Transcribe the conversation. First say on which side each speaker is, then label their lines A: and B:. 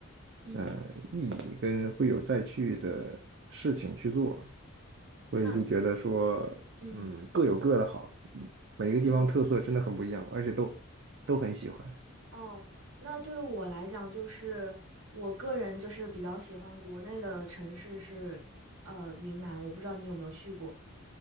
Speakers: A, on the right; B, on the right.
A: 嗯，
B: 呃意义，跟会有再去的事情去做，所以就觉得说，
A: 那嗯
B: 嗯，各有各的好，每一个地方特色真的很不一样，
A: 嗯。
B: 而且都都很喜欢。
A: 哦，那对我来讲，就是我个人就是比较喜欢国内的城市是，呃，云南。我不知道你有没有去过。